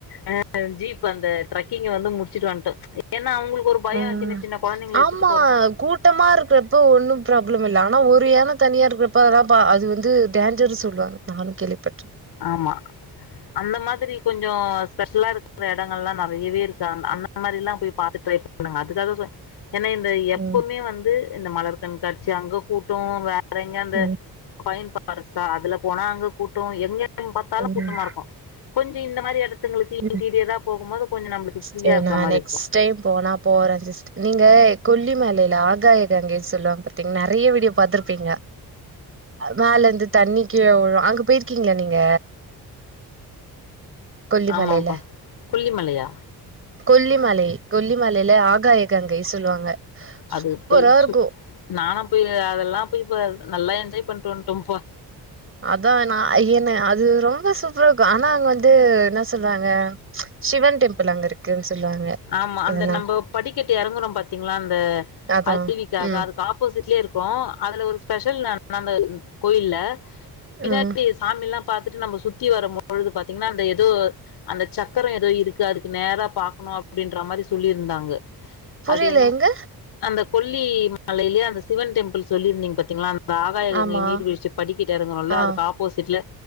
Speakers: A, on the left; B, on the right.
A: அ ஜீப் அந்த ட்ரக் ட்ரக்கீங்க வந்து முடிச்சுட்டு வன்ட்டோ ஏன்னா அவுங்களுக்கு ஒரு பயோ
B: ஆ
A: சின்ன சின்ன கொழந்தைங்கள
B: ஆமா
A: எடுத்துட்டு போறோ
B: கூட்டமா இருக்குறப்போ ஒன்னும் ப்ராப்ளம் இல்ல ஆனா ஒரு யான தனியா இருக்குறப்பதாம்பா அது வந்து டேஞ்சர்ஸ் சொல்றாங்க நானு கேள்வி பட்ருக்
A: ஆமா அந்த மாதிரி கொஞ்சோ ஸ்பெஷலா இருக்குற எடங்கள்லா நெறையவே இருக்கு அந் அந்த மாரிலா போய் பாத்து ட்ரை பண்ணுங்க அதுக்காக சொன் ஏன்னா இந்த
B: ம்.
A: எப்பவுமே வந்து இந்த மலர் கண்காட்சி அங்க கூட்டோ வேறெங்க அந்த
B: ம்.
A: ஃபைன் பாரஸ்ட்டா அதுல போனா அங்க கூட்டோ எங்க டைம் பாத்தாலு
B: ம்.
A: கூட்டமா இருக்கு கொஞ்சோ இந்த மாரி எடத்துங்களுக்கு
B: ம்.
A: இன்டீரியரா போகும்போது கொஞ்ச நம்மளுக்கு ஃப்ரீயா
B: சரி
A: இருக்குற
B: நான்
A: மாரி இருக்கலா
B: நெக்ஸ்ட் டைம் போனா போறே சிஸ்டர் நீங்க கொல்லிமலையில ஆகாய கங்கைனு சொல்லுவாங்க பாத் திங்னா நெறைய வீடியோ பாத்துருப்பீங்க மேல இருந்து தண்ணி கீழ விழு அங்க போயிருக் கீங்ளா நீங்க கொல்லி
A: ஆமாப்பா
B: மலையில
A: கொல்லிமலையா
B: கொல்லிமலை கொல்லிமலையில ஆகாய கங்கை சொல்லுவாங்க சூப்பரா
A: அது போய்
B: இருக்கு
A: சு நானா போய் அதெல்லா போய் ப நல்லா என்ஜாய் பண்ட்டு வன்ட்டோம் பா
B: அதா நா என்ன அது ரொம்ப சூப்பரா இருக்கு ஆனா அங்க வந்து என்ன சொல்றாங்க சிவன் டெம்புள் அங்க இருக்குன் சொல்லுவாங்க
A: ஆமா
B: அதனா
A: அந்த நம்போ படிக்கட்டு எறங்குறோம் பாத்தீங்ளா அந்த
B: அதா
A: அரிவிக்காகதா
B: ம்
A: அதுக்கு ஆப்போசிட்லயே இருக்கு க்கு அதுல ஒரு ஸ்பெஷல் நம் நம்ப கோயில்ல பின்னாடி
B: ம்
A: எஸ் சாமில்லா பாத்துட்டு நம்ப சுத்தி வரும் பொழுது பாத்தீங்கன்னா அந்த எதோ அந்த சக்கரோ எதோ இருக்கு அதுக்கு நேரா பாக்கணு அப் அப்டின்ற மாரி சொல்லிருந்தாங்க
B: புரியல
A: அது இன்னு
B: எங்க
A: அந்த கொல்லி மலையிலயே அந்த சிவன் டெம்பிள் சொல்லிருந்தீங்க பாத்தீங்களா இந்த ஆகாயகங்கை
B: ஆமா
A: நீர் வீழ்ச்சி படிக்கிட்ட எறங்குறோல்ல
B: ஆ
A: அதுக்கு ஆப் போசிட்ல